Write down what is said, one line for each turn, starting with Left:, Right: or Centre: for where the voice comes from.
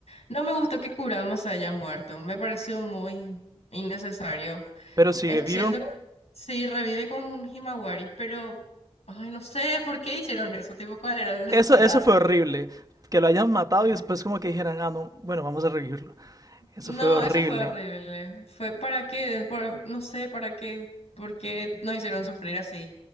Left: No me gustó que Kurama se haya muerto. Me pareció muy innecesario.
Right: Pero sigue
Left: Es
Right: vivo.
Left: cierto, que sí, revive con Himawari, pero... Ay, no sé por qué hicieron eso, tipo, ¿cuál era la necesidad?
Right: Eso, eso fue horrible. Que lo hayan matado
Left: Sí.
Right: y después como que dijeran, ah, no, bueno, vamos a revivirlo. Eso
Left: No,
Right: fue horrible.
Left: eso fue horrible. Fue para qué, por- no sé para qué, porque nos hicieron sufrir así.